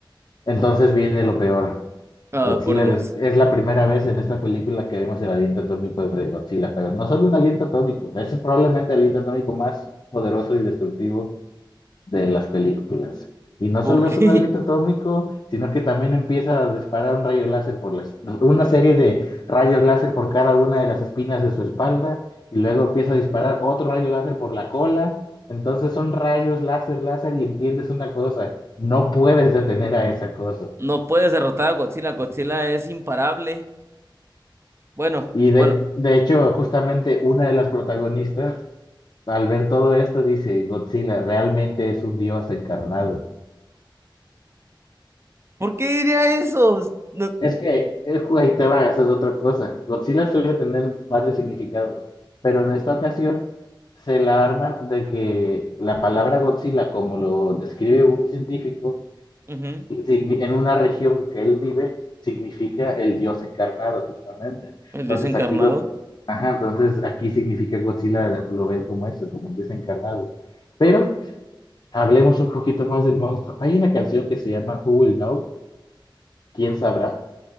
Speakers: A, on the left (about 55°); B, on the right (about 30°).
A: Entonces viene lo peor.
B: Ah,
A: Godzilla
B: por Dios.
A: des- es la primera vez en esta película que vemos el aliento atómico de Godzilla, pero no solo un aliento atómico, es probablemente el aliento atómico más poderoso y destructivo de las películas. Y no
B: ¿Por
A: solo
B: qué?
A: es un aliento
B: <laughs>
A: atómico, sino que también empieza a disparar un rayo láser por las, una serie de rayos láser por cada una de las espinas de su espalda, y luego empieza a disparar otro rayo láser por la cola. Entonces son rayos láser, láser, y entiendes una cosa, no puedes detener a esa cosa.
B: No puedes derrotar a Godzilla. Godzilla es imparable. Bueno,
A: Y de,
B: bueno,
A: de hecho, justamente una de las protagonistas, al ver todo esto, dice, Godzilla realmente es un dios encarnado.
B: ¿por qué diría eso? No-
A: Es que el juego ahí te va, esa es otra cosa. Godzilla suele tener varios significados, pero en esta ocasión se la arman de que la palabra Godzilla, como lo describe un científico,
B: Ujú.
A: y signi- en una región que él vive, significa el dios encarnado, justamente.
B: El
A: Entonces
B: dios encarnado.
A: aquí, Go- Ajá, entonces aquí significa Godzilla, lo ven como eso, como un dios encarnado. Pero hablemos un poquito más del monstruo. Hay una canción que se llama Who Will Know, ¿quién sabrá?